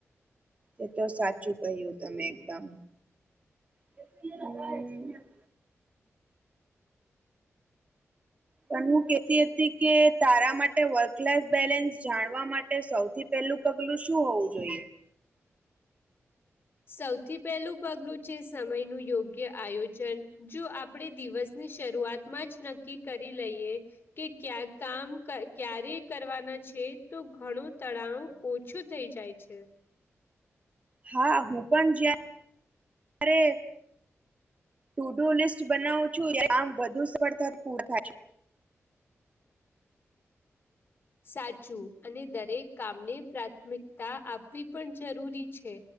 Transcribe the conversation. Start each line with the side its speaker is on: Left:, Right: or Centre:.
Right: એ તો સાચું કહ્યું તમે એકદમ <inaudible> પણ હું કેતી હતી કે તારા માટે વર્ક લાઈફ બેલેન્સ જાણવા માટે સૌથી પેલું પગલું શું હોવું જોઈએ?
Left: સૌથી પહેલું પગનું છે સમય નું યોગ્ય આયોજન જો આપણે દિવસ ની શરૂઆતમાં જ નક્કી કરી લઈએ કે ક્યા કામ ક્યારે કરવાના છે તો ઘણું તણાવ ઓછો થઇ જાય છે
Right: હા હુ પણ જયારે ટુ ડુ લિસ્ટ બનાવું છું આમ વધુ સફળતા પૂર થાય
Left: સાચું અને દરેક કામને પ્રાથમિકતા આપવી પણ જરૂરી છે